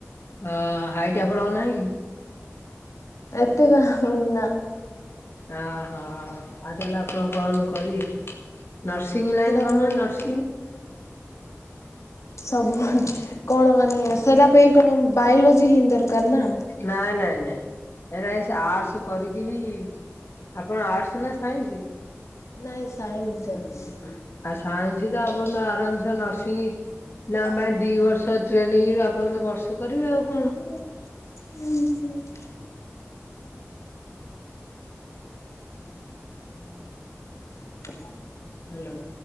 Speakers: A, on the left; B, on the left.
A: ଆଁ ହାଇଟ୍ ଆପଣଙ୍କର ନାହିଁ କି?
B: ଏତେ <unintelligible> ନା
A: ଅହୋ ଆଉ ତାହେଲେ ଆପଣ କଣ କରିବେ? ନର୍ସିଂ ଲାଇନ
B: ସେଟା
A: କରୁନିହାନ୍ତି
B: ମୁଁ
A: ନର୍ସିଂ।
B: ସବୁ ମ କଣ ମାନେ ସେଇଟା ପାଇଁ କଣ ବାୟୋଲୋଜି ହିଁ ଦରକାର ନା?
A: ନାଇଁ ନାଇଁ ନାଇଁ ଏଟାକି ସେ ଆର୍ଟ୍ସ କରିକି ବି ଆପଣ ଆର୍ଟସ ନା ସାଇନ୍ସ?
B: ନାଇଁ ସାଇନ୍ସ ଅଛି।
A: ଆଉ ସାଇନ୍ସ ତ ଆପଣ ତ ଆରାମସେ ନର୍ସିଂ ନା ପାଇଁ ଦି ବର୍ଷ ଟ୍ରେନିଂରୁୁ ଆପଣ ତ ବର୍ଷେ କରିବେ ଆଉ କଣ?
B: <unintelligible>
A: <unintelligible>
B: <inaudible>
A: ହେଲୋ